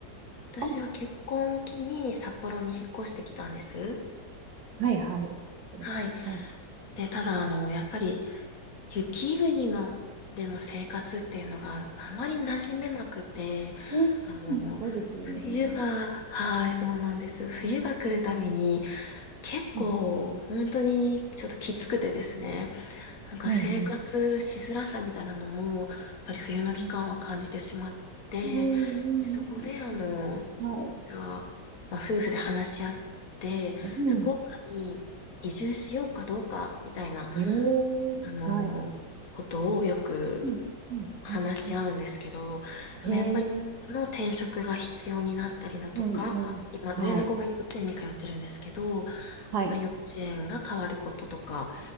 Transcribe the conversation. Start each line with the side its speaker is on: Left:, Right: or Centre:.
Left: 私は結婚を機に札幌に引っ越してきたんです。
Right: あはい、はい。
Left: はい。
Right: はい。
Left: で、ただ、あの、やっぱり、雪国のでの生活っていうのがあまり馴染めなくて、
Right: うん、
Left: あの、
Right: そうですよね。
Left: 冬が、はい、そうなんです。冬が来るたびに
Right: うん
Left: 結構本当にちょっときつくてですね、
Right: うん
Left: なんか生活しづらさみたいなのも、
Right: うん
Left: やっぱり冬の期間は感じてしまって、
Right: うんうんうん
Left: で、そこであの、
Right: うん。はい。
Left: じゃあ、まあ、夫婦で話し合って、
Right: うん
Left: 福岡に移住しようかどうかみたいな
Right: へえ、
Left: あの、
Right: はい。
Left: ことをよく
Right: うんうんうんうん。
Left: 話し合うんですけど、でもやっぱり、
Right: へえ、
Left: この転職が必要になったりだとか、
Right: うんうん。
Left: 今、上の子が幼稚園に通ってるんですけど、
Right: はい。はい。
Left: まあ、幼稚園が変わることとか、